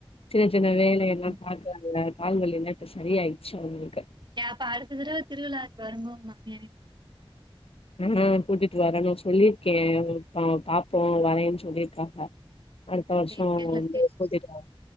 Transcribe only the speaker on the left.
சில சன வேலையெல்லாம்
பார்க்குறாங்க கால்வலிலா என்னத்த சரிய ஆயிடுச்சு அவங்களுக்கு
ஆஹ் கூட்டிட்டு வரணும் சொல்லியிருக்கேன் பார்ப்போம் வரேன்னு சொல்லியிருக்காங்க அடுத்த வருஷம்
புதிட்டு